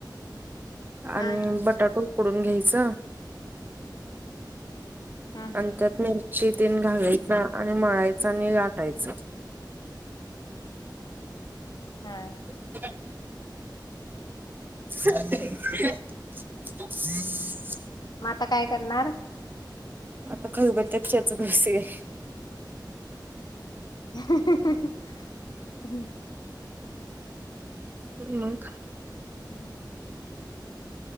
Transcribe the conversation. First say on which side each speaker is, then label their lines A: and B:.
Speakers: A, on the left; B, on the right.
A: हा
B: आणि बटाटू उकडून घ्यायच
A: हा हा
B: आणि त्यात मिरची तेन घालायच, आणि मळायच, आणि लाटायच.
A: हां.
B: <inaudible> <inaudible>
A: म आता काय करणार?
B: आता खलबत्यात चेचत बसलोय.
A: <inaudible>
B: हम्म मगं?
A: <inaudible>